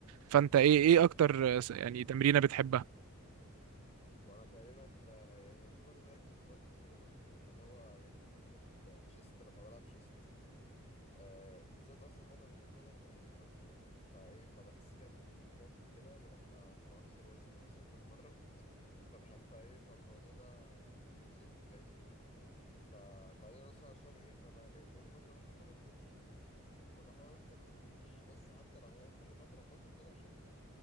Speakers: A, on the right (about 80°); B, on the left (about 30°).
A: فانت ايه ايه اكتر آه، يعني تمرينة بتحبها
B: ما انا تقريبا آه، يعني يعتبر زيك بالظبط كده برضو بحب اللي هو يعني بحب ال- الشيست لما بلعب شيست آه بالذات اصلا اللي انا وزني بدات تعلى فيه قوي فاهمني فايه فبحس كان البومب كده ولما أكون اكسر وزن مثلا كل مره فبحب فايه فالموضوع ده بيبسطني فاهمني فبعدين اصلا عشان ايه ما بقى يعني بقالي فتره مثلا ما بنزلش فبحاول انزل مثلا بوش بس حتى لو هو كل فتره وفتره كده عشان ايه